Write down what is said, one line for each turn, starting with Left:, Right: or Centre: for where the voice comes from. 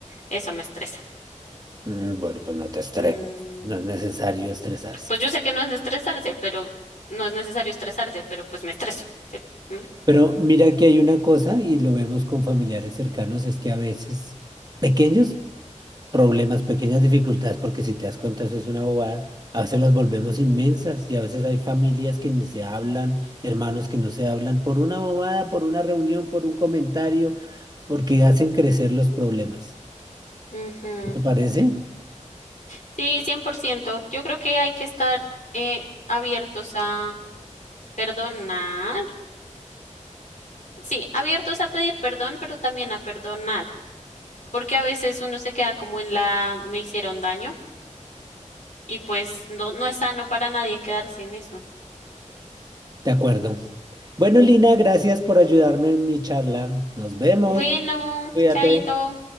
Left: Eso me estresa.
Right: Mm, bueno, pues no te estreses,
Left: Mm,
Right: no es necesario estresarse.
Left: pues yo sé que no es estresarse, pero no es necesario estresarse, pero pues me estreso. ¿sí? Mm,
Right: Pero mira que hay una cosa, y lo vemos con familiares cercanos, es que a veces pequeños problemas, pequeñas dificultades, porque si te das cuenta eso es una bobada, a veces las volvemos inmensas y a veces hay familias que ni se hablan, hermanos que no se hablan por una bobada, por una reunión, por un comentario, porque hacen crecer los problemas.
Left: ujú.
Right: ¿No te parece?
Left: Sí, 100%. Yo creo que hay que estar eh, abiertos a perdonar Sí, abiertos a pedir perdón, pero también a perdonar, porque a veces uno se queda como en la me hicieron daño y pues no, no es sano para nadie quedarse en eso.
Right: De acuerdo. Bueno, Lina, gracias por ayudarme en mi charla. Nos vemos.
Left: Bueno,
Right: Cuídate.
Left: chaito.